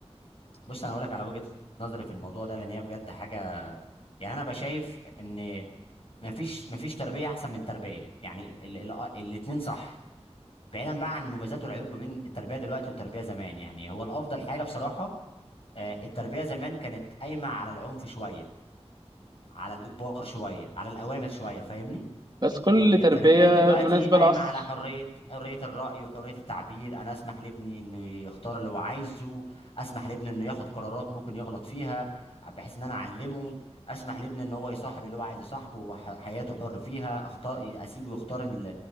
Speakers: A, on the left; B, on the right.
A: بص انا اقول لك على وجهة نظري في الموضوع ده لان هي بجد حاجه يعني انا بشايف ان مفيش مفيش تربيه احسن من التربيه يعني ال ال آه، الاتنين صح بعيدا بقى عن المميزات والعيوب ما بين التربيه دلوقتي والتربيه زمان يعني هو الافضل حاجه بصراحه آه، التربيه زمان كانت قايمه على العنف شويه على الاجبار شويه على الاوامر شويه فاهمني
B: بس كل
A: ال- التربية
B: تربية
A: دلوقتي
B: مناسبة
A: قايمة
B: للعصر
A: على حرية حرية الرأي وحرية التعبير أنا أسمح لابني إنه يختار اللي هو عايزه أسمح لابني إنه ياخد قرارات ممكن يغلط فيها بحيث إن أنا أعلمه أسمح لابني إن هو يصاحب اللي هو عايز يصاحبه وحياته حر فيها أختار أسيبه يختار ال...